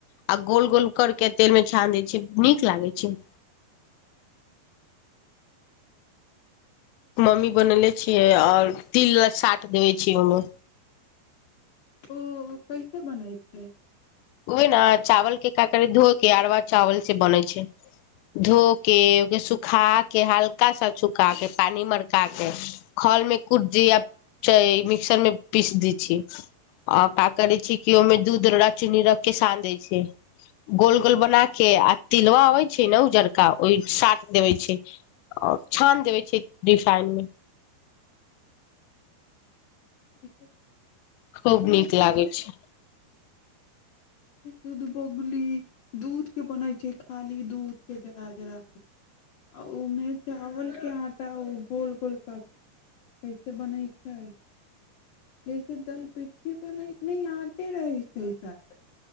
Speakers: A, on the left; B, on the left.
A: आ गोल गोल कर के तेल में छान दै छी नीक लागे छै मम्मी बनेले छियै ओर तिल वला साट देबे छियै ओमे
B: ओ कैसे बनै छै
A: ओ ने चावल के काक धोके अरवा चावल से बनै छै धो के सुखा के हल्का सा सुखा के पानी मड़का के खल मे कुटी आ मिक्सर मे पीस दी छियै अ का करे छी क ओहिमे दूध रख चीनी रख के सान दै छै गोल गोल बना के आ तिलवा अबै छै ने उजरका ओहि साट देबे छै छान देबे छै रिफाइन मे
B: <unintelligible>
A: खूब
B: कली
A: नीक लागे छै
B: दुध बहली दूध के बनैत छै खाली दूध के जरा जरा के आ ओमे चावलके आटा ओ गोल गोल कऽ कैसे बनै छै जैसे दल पिट्ठी बनै नहि आटे रहै छै साथ